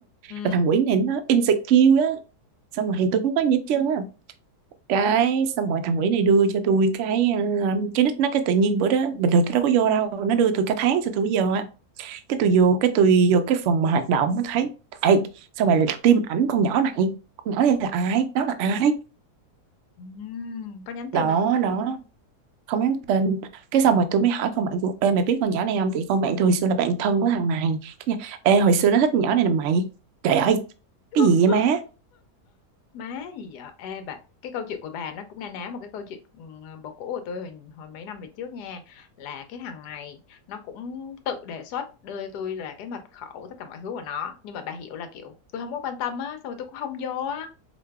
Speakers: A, on the left (about 80°); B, on the right (about 70°).
A: ừ
B: là thằng quỷ này nó insecure á xong rồi thì tôi cũng có gì hết trơn á cái xong rồi thằng quỷ này đưa cho tôi cái ờ, cái nick nó cái tự nhiên bữa đó bình thường tôi đâu có vô đâu nó đưa tôi cả tháng sau tôi mới vô á cái tôi vô cái tôi vô cái phần mà hoạt động nó thấy Ê, sao mày tiêm ảnh con nhỏ này con nhỏ này là ai nó là ai
A: ừ có nhắn tin
B: đó
A: không
B: đó không nhắn tin cái
A: Ừ.
B: xong rồi tôi mới hỏi con bạn của ê mày biết con nhỏ này không thì con bạn tôi hồi xưa là bạn thân của thằng này cái nhà, ê hồi xưa nó thích con nhỏ này là mày trời ơi
A: <laughs>
B: cái gì vậy má
A: má gì vậy ê bà cái câu chuyện của bà nó cũng na ná một cái câu chuyện ừ, bồ cũ của tôi hồi, hồi mấy năm về trước nha là cái thằng này nó cũng tự đề xuất đưa cho tôi là cái mật khẩu tất cả mọi thứ của nó nhưng mà bà hiểu là kiểu tôi không có quan tâm á xong rồi tôi cũng không vô á